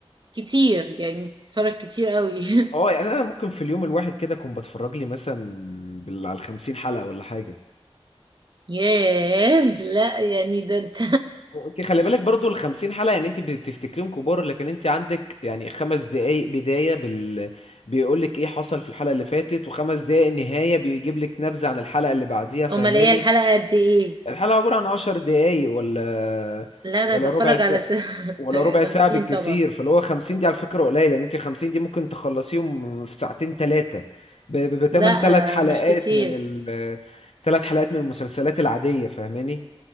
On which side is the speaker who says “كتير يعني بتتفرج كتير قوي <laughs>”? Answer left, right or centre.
Right